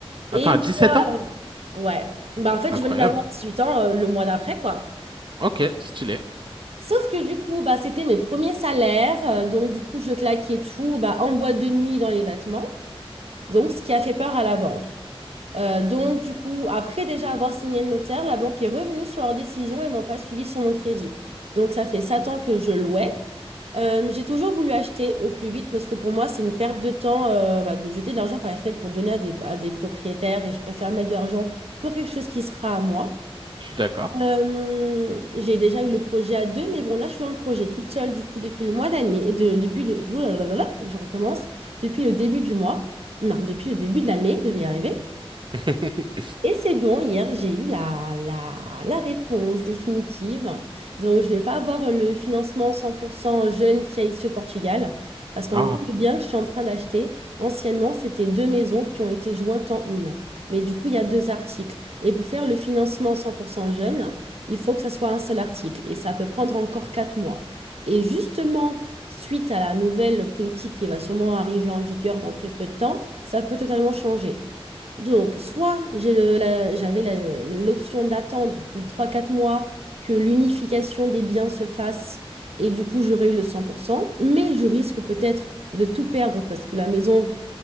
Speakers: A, on the right; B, on the right.
A: Attends,
B: Et une
A: à dix-sept
B: fois,
A: ans?
B: euh, ouais, bah, en fait,
A: Incroyable.
B: je venais d'avoir dix huit ans euh, le mois d'après, quoi.
A: Ok, stylé.
B: Sauf que du coup, bah, c'était mes premiers salaires. euh, donc, du coup, je claquais tout bah, en boîte de nuit dans les vêtements. Donc, ce qui a fait peur à la banque. Euh, donc, du coup, après déjà avoir signé le notaire, la banque est revenue sur leur décision et m'ont pas suivi sur mon crédit. Donc, ça fait 7 ans que je louais. Euh, j'ai toujours voulu acheter au plus vite parce que pour moi, c'est une perte de temps euh, bah, de jeter de l'argent par les fenêtre pour donner à des, à des propriétaires et je préfère mettre de l'argent pour quelque chose qui sera à moi.
A: Je suis d'accord.
B: Euh, j'ai déjà eu le projet à deux, mais bon, là, je suis dans le projet toute seule, du coup, depuis le mois d'année, de, depuis le, ouh là là là là, je recommence, depuis le début du mois, non, depuis le début de l'année, je vais y arriver.
A: <laughs>
B: Et c'est bon, hier, j'ai eu la, la, la réponse définitive. Donc, je ne vais pas avoir le financement 100% jeune qui a ici au Portugal. Parce qu'en
A: Ah,
B: gros, le bien que je suis en train d'acheter, anciennement, c'était deux maisons qui ont été jointes en une. Mais du coup, il y a deux articles. Et pour faire le financement 100% jeune, il faut que ça soit un seul article. Et ça peut prendre encore quatre mois. Et justement, suite à la nouvelle politique qui va sûrement arriver en vigueur dans très peu de temps, ça peut totalement changer. Donc, soit j'ai le- la- j'avais la- l'option d'attendre les trois quatre mois que l'unification des biens se fasse et du coup j'aurais eu le 100%, mais je risque peut-être de tout perdre parce que la maison,